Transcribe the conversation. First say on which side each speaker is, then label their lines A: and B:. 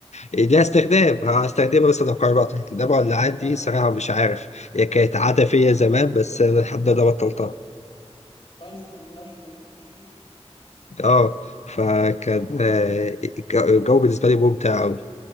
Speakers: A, on the left; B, on the left.
A: ليها استخدام هستخدمها مثلا لو قربت انما ولاعات دي
B: اه
A: صراحه مش عارف هي كانت عاده فيا زمان بس أنا الحمد لله بطلتها
B: كويس الحمد لله عشان ما يتفكش فيك
A: اه فكان آه، الجو بالنسبه لي ممتع ان